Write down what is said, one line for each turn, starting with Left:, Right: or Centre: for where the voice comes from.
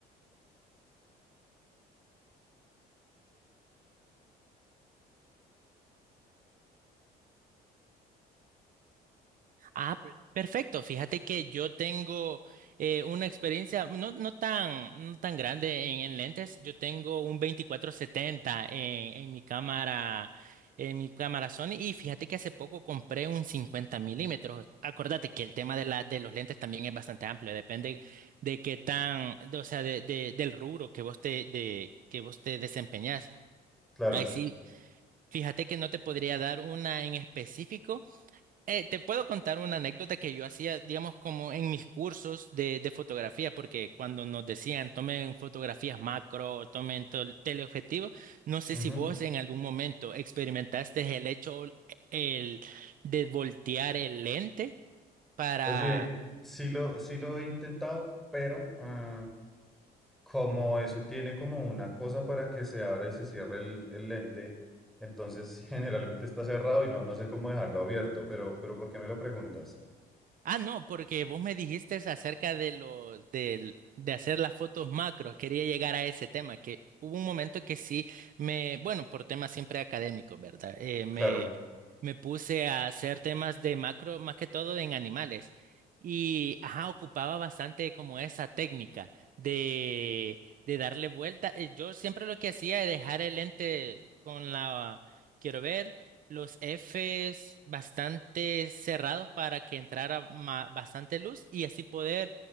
Right: Ah, per- perfecto. Fíjate que yo tengo eh, una experiencia no, no tan, no tan grande en, en lentes. Yo tengo un 2470 en, en mi cámara, en mi cámara Sony. Y fíjate que hace poco compré un 50 milímetros. Acordate que el tema de la, de los lentes también es bastante amplio. Depende de qué tan, de- o sea, de, de- del rubro que vos te, de, que vos te desempeñás.
Centre: Claro.
Right: Ahí sí, fíjate que no te podría dar una en específico. Eh, te puedo contar una anécdota que yo hacía, digamos, como en mis cursos de, de fotografía, porque cuando nos decían tomen fotografías macro, o tomen tol- teleobjetivos, no sé
Centre: Ujú.
Right: si vos en algún momento experimentaste el hecho el, de voltear el lente para
Centre: Oye, sí lo, sí lo he intentado, pero ah, como eso tiene como una cosa para que se abra y se cierre el, el lente, entonces <laughs> generalmente está cerrado y no, no sé cómo dejarlo abierto, pero, pero ¿por qué me lo preguntas?
Right: Ah, no, porque vos me dijiste acerca de lo del- de hacer las fotos macros. Quería llegar a ese tema, que hubo un momento que sí me, bueno, por temas siempre académicos, ¿verdad? Eh, me,
Centre: Claro.
Right: me puse a hacer temas de macro, más que todo en animales. Y, ajá, ocupaba bastante como esa técnica de, de darle vuelta. Eh, Yo siempre lo que hacía es dejar el lente con la, quiero ver los Fs bastante cerrados para que entrara ma- bastante luz y así poder